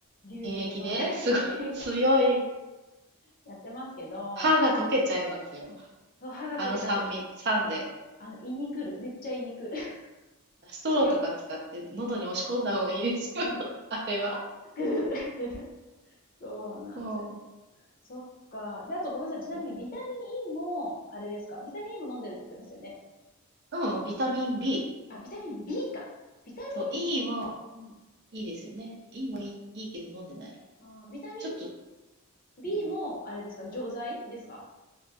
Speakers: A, on the left (about 40°); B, on the right (about 50°).
A: 牛乳で飲んだり、
B: 原液ですごい強い。
A: 原液やってますけど、
B: 歯が溶けちゃいますよ。
A: そう歯が溶けた後、
B: あの酸味、
A: いん
B: 酸で。
A: あの、胃に来る。めっちゃ胃に来る。<laughs>
B: ストローとか使って喉に押し込んだ方がいいですよ。
A: 強っ。<laughs>
B: <laughs> あれは。
A: ぐーとか言ってる。そうなんですよ。
B: こうん。
A: そっか。で、あとごめんなさい。ちなみにビタ
B: くらい。
A: ミン E も、あれですか。ビタミン E も飲んでるって言ってましたよね。
B: うん、ビタミン B。
A: あ、ビタミン B か。ビタミ
B: そう、E も
A: ン、うん
B: いいですよね。E もいい、いいけど飲んでない。
A: あービタミン
B: ちょっと、
A: B
B: うん、
A: も、あれですか。錠剤ですか